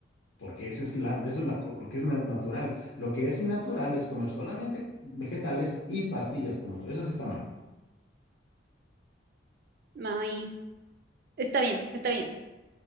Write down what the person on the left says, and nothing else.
porque esa es la, eso es la co- lo que es na- natural. Lo que es innatural es comer solamente vegetales y pastillas como tú. Eso sí está mal.